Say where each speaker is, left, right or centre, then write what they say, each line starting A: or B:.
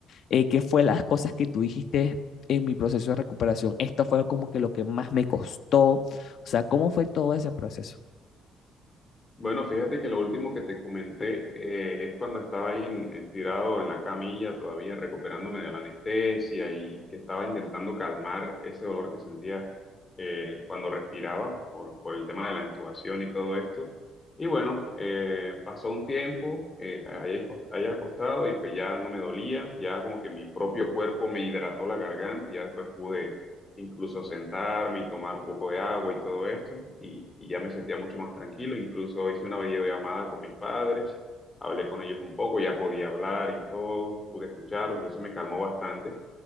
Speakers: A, on the left; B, on the left.
A: Eh, ¿qué fue las cosas que tú dijiste en mi proceso de recuperación? Esto fue como que lo que más me costó. O sea, ¿cómo fue todo ese proceso?
B: Bueno, fíjate que lo último que te comenté eh, es cuando estaba ahí en- eh, tirado en la camilla, todavía recuperándome de la anestesia y que estaba intentando calmar ese dolor que sentía eh, cuando respiraba por, por el tema de la intubación y todo esto. Y bueno, eh, pasó un tiempo eh, ahí acos- ahí acostado y pues ya no me dolía, ya como que mi propio cuerpo me hidrató la garganta y ya después pude incluso sentarme y tomar un poco de agua y todo esto, y, y ya me sentía mucho más tranquilo, incluso hice una videollamada con mis padres, hablé con ellos un poco, ya podía hablar y todo, pude escucharlos y eso me calmó bastante.